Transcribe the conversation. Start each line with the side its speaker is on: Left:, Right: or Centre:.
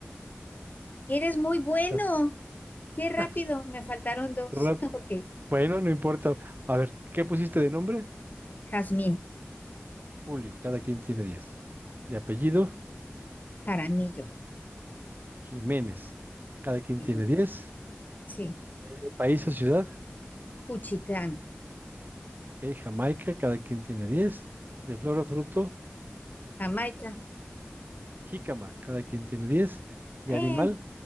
Left: Eres muy bueno.
Right: Ya
Left: Qué rápido.
Right: está. <laughs>
Left: Me faltaron dos.
Right: Rap-
Left: <laughs> Ok.
Right: Bueno, no importa. A ver, ¿qué pusiste de nombre?
Left: Jazmín,
Right: Julio, cada quien tiene 10. De apellido,
Left: Jaramillo.
Right: Jiménez, cada quien
Left: Muy
Right: tiene
Left: bien.
Right: 10.
Left: Sí.
Right: De país o ciudad,
Left: Juchitán,
Right: ok, Jamaica, cada quien tiene 10. De flor o fruto,
Left: Jamaica.
Right: jícama, cada quien tiene 10. De
Left: Eh,
Right: animal,